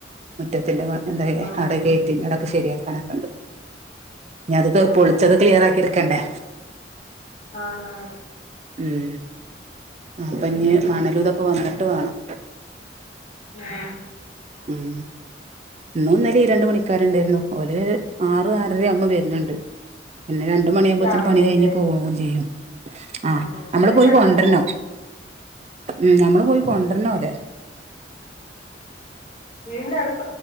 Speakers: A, on the right; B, on the left.
A: മുറ്റത്തിന്റെ എന്താ
B: ആഹ്
A: അടെ ഗേറ്റിന്റെ ഇടക്ക് ശരിയാക്കാനക്കെുണ്ട് ഞത്
B: ആഹ്
A: പൊളിച്ചത് ക്ലിയർ ആക്കിയിരിക്കണ്ടേ
B: ആഹ ആഹ
A: ഉം അപ്പൊ ഇഞ് മണലൂതൊക്കെ വന്നിട്ട് വേണം
B: ആ
A: ഉം ഇന്നും ഇന്നലിം രണ്ട് പണിക്കാരുണ്ടായിരുന്നു ഒരു ഒരു ആറു ആറര അവുമ്പോ വരുന്നുണ്ട് പിന്നെ രണ്ട് മണിയാകുമ്പോത്തിന്
B: രാവിലെ
A: പണി
B: അല്ലേ
A: കഴിഞ്ഞു പോവും ചെയ്യും ആ
B: ആഹ് ഉച്ചക്കങ്ങ്
A: നമ്മള് പോയി കൊണ്ടുവരണം
B: പോവോ
A: ഉ നമ്മള് പോയി കൊണ്ടുവരണോലെ
B: വീട്ന്റെ അടുത്ത്